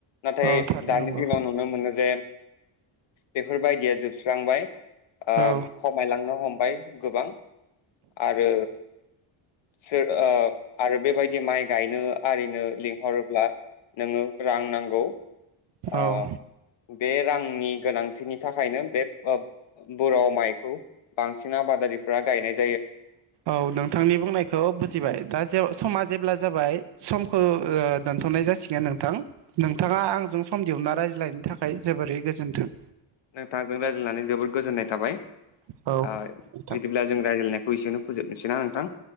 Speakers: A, on the left; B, on the right.
A: नाथाय
B: औ थारै
A: दानि
B: नंगौ
A: दिनाव नुनो मोनो जे बेफोर बायदिया जोब स्रांबाय ओ
B: औ
A: खमायलांनो हमबाय। गोबां आरो सोर ओ आरो बेबायदि माइ गायनो आरिनो लिंहरोब्ला नोङो रां नांगौ ओ
B: औ
A: बे रांनि गोनांथिनि थाखायनो बे ओ बर'आव माइखौ बांसिन आबादारिफोरा गायनायखौ
B: औ नोंथांनि बुंनायखौ बुजिबाय दा जे समा जेब्ला जाबाय समखौ ओ दोनथ'नाय जासिगोन नोंथां नोंथाङा आंजों सम दिहुनना रायज्लायनायनि थाखाय जोबोरै गोजोन्थों।
A: नोंथांजों रायज्लायनानै जोबोद गोजोननाय थाबाय
B: औ नोंथां।
A: ओ बिदिब्ला जों रायज्लायनाय एसेयावनो फोजोबनोसै ना नोंथां।